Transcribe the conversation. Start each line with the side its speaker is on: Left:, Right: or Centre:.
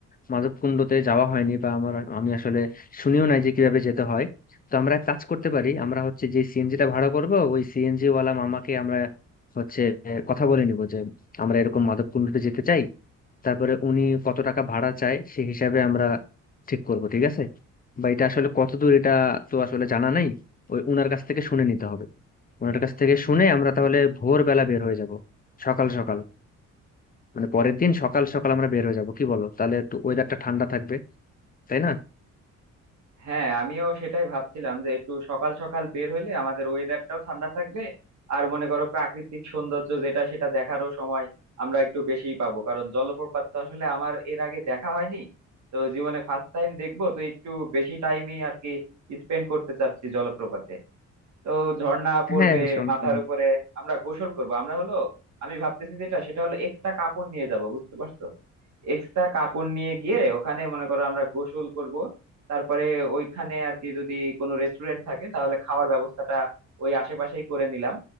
Left: মাধবকুণ্ডতে যাওয়া হয়নি বা আমার আমি আসলে শুনিও নাই যে কিভাবে যেতে হয় তো আমরা এক কাজ করতে পারি আমরা হচ্ছে যে সিএনজিটা ভাড়া করব ওই সিএনজি ওয়ালা মামাকে আমরা হচ্ছে আহ, কথা বলে নিব যে আমরা এরকম মাধবকুণ্ডতে যেতে চাই তারপরে উনি কত টাকা ভাড়া চায় সেই হিসাবে আমরা ঠিক করব ঠিক আছে বা এটা আসলে কত দূর এটা তো আসলে জানা নাই ওই উনার কাছ থেকে শুনে নিতে হবে ওনার কাছ থেকে শুনে আমরা তাহলে ভোরবেলা বের হয়ে যাব সকাল সকাল মানে পরের দিন সকাল সকাল আমরা বের হয়ে যাব কি বলো তাহলে একটু ওয়েদারটা ঠান্ডা থাকবে তাই না
Right: হ্যাঁ আমিও সেটাই ভাবছিলাম যে একটু সকাল সকাল বের হইলে আমাদের ওয়েদারটাও ঠান্ডা থাকবে আর মনে করো প্রাকৃতিক সৌন্দর্য যেটা সেটা দেখারও সময় আমরা একটু বেশিই পাবো কারণ জলপ্রপাত তো আসলে আমার এর আগে দেখা হয়নি তো জীবনে ফার্স্ট টাইম দেখবো তো একটু বেশি টাইমই আর কি স্পেন্ড করতে চাচ্ছি জলপ্রপাতে তো ঝর্ণা পড়বে
Left: হ্যাঁ সমস্যা
Right: মাথার
Left: নেই
Right: উপরে আমরা গোসল করব আমরা হলো আমি ভাবতেছি যেটা সেটা হলো এক্সট্রা কাপড় নিয়ে যাব বুঝতে পারছো এক্সট্রা কাপড় নিয়ে গিয়ে ওখানে মনে করো আমরা গোসল করব তারপরে ওইখানে আর কি যদি কোনো রেস্টুরেন্ট থাকে তাহলে খাওয়ার ব্যবস্থাটা ওই আশেপাশেই করে নিলাম